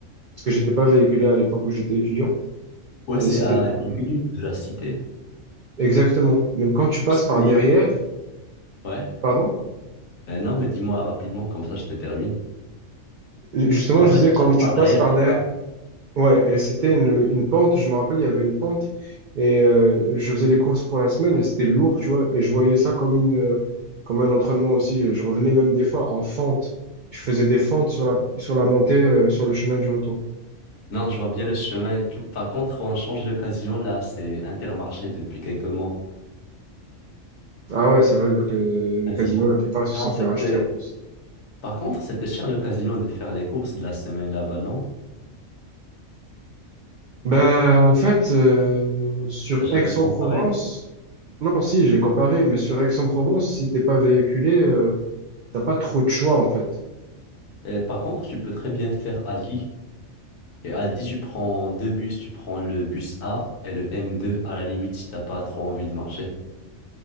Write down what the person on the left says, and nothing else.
Ouais,
c'est
à
dix minutes de la cité.
C'est
d'ailleurs.
Ouais.
Euh, non, mais dis-moi rapidement, comme ça je te termine.
Non,
en
fait, je
passe
par
derrière,
c'est
ça.
Non, je vois bien le chemin et tout. Par contre, on a changé de casino là, c'est Intermarché depuis quelques mois.
Casino.
Mais
En fait,
euh,
par contre, c'était cher le casino de faire les courses de la semaine là-bas, non?
T'as Jamais
comparé.
Et par contre, tu peux très bien faire Ali. Et à Aldi, tu prends deux bus, tu prends le bus A et le M2 à la limite si t'as pas trop envie de marcher.